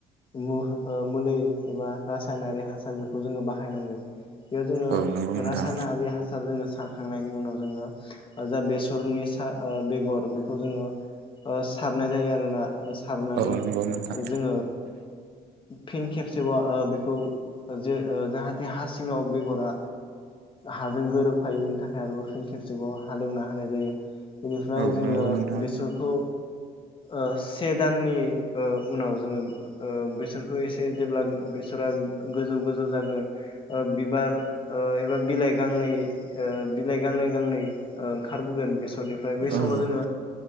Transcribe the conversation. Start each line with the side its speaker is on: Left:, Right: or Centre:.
Left: मु ओह मुलै एबा रासायनारि हासार बेखौ जोंङो बाहायनांगोन बेयाव जोंङो
Right: औ नंगौ नोंथां
Left: रासायनारि हासार जोंङो सार सारखांनायनि उनाव जोंङो जा बेसरनि सा बेगर बेखौ जोंङो सारनाय जायो आरोना सारनानै
Right: औ नंगौ नोंथां
Left: जोंङो फिन खेबसेबाव बेखौ जे जाहाथे हा सिंङाव बेगरा हाजों गोरोबफायो बेनि थाखाय आरोबाव फिन खेबसेबाव हालेवना होनाय जायो बेनिफ्राय
Right: औ
Left: जोंङो
Right: नंगौ नोंथां
Left: बेसरखौ ओह से दाननि उनाव जोंङो बेसोरखौ एसे जेब्ला बेसरा गोजौ गोजौ जागोन बिबार एबा बिलाइ गांनै बिलाइ गांनै गांनै ओंखारबोगोन बेसरनिफ्राय बै समाव
Right: औ
Left: जोंङो